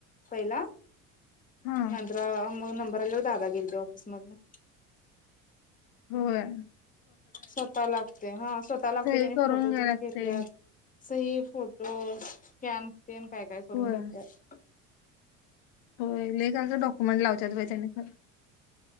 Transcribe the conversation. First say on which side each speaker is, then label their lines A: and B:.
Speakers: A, on the left; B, on the left.
A: पहिला
B: हा
A: नंतर मग नंबर आल्यावर दादा गेले ते ऑफिस मधून
B: होय
A: स्वतः लागते हा स्वतः लागते
B: सही
A: जनी
B: करून
A: फोटो
B: घ्यायला
A: त्यांनी
B: लागते
A: घेते सही फोटो स्कॅन स्कन काय काय करून
B: होय
A: घेत्यात
B: होय लय काई काय डॉक्युमेंट लावचत्यात बांई त्यांनी खर